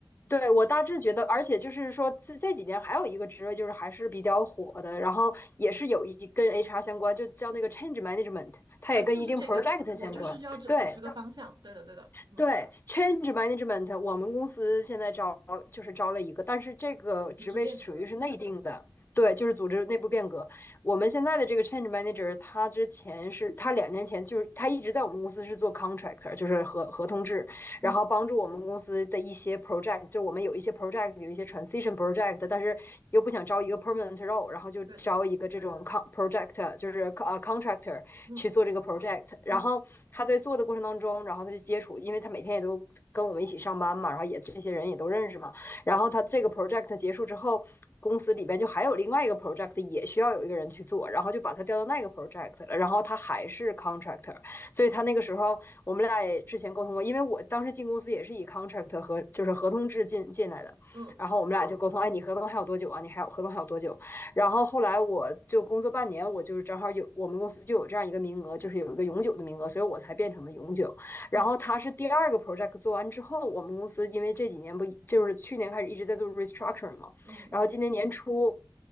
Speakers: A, on the left; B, on the right.
A: 对我大致觉得，而且就是说，这这几年还有一个职位就是还是比较火的，然后也是有一跟 HR 相关，就叫那个 change management，它也跟一定
B: 啊，就是这个我就是要这走这个方向，
A: project 相关。对，
B: 对的对的，嗯，
A: 对，change management，我们公司现在招了就是招了一个，但是这个职位属于是内定的，
B: 组织变革，
A: 对，就是组织内部变革。我们现在的这个 change manager，他之前是他两年前就是他一直在我们公司是做 contractor，就是合合同制，
B: 嗯，
A: 然后帮助我们公司的一些 project，就我们有一些 project 有一些 transition project，但是又不想招一个 permanent role，然后就招一个这种
B: 对的，
A: con project，就是呃 contractor，
B: 嗯
A: 去做这个 project。然后他在做的过程当中，
B: 嗯，
A: 然后他就接触，因为他每天也都跟我们一起上班嘛，然后也这些人也都认识嘛。
B: 是的。
A: 然后他这个 project 结束之后，公司里边就还有另外一个 project 也需要有一个人去做，然后就把他调到那个 project 了。然后他还是 contractor，所以他那个时候我们俩也之前沟通过，因为我当时进公司也是以 contract 和就是合同制进进来的，
B: 嗯
A: 然后我们俩就沟通，哎，你合同还有多久啊？你还有合同还有多久？然后后来我就工作半年，我就是正好有我们公司就有这样一个名额，就是有一个永久的名额，所以我才变成了永久。然后他是第二个
B: 嗯
A: project 做完之后，我们公司因为这几年不就是去年开始一直在做 restructuring 嘛，
B: 嗯嗯
A: 然后今年年初。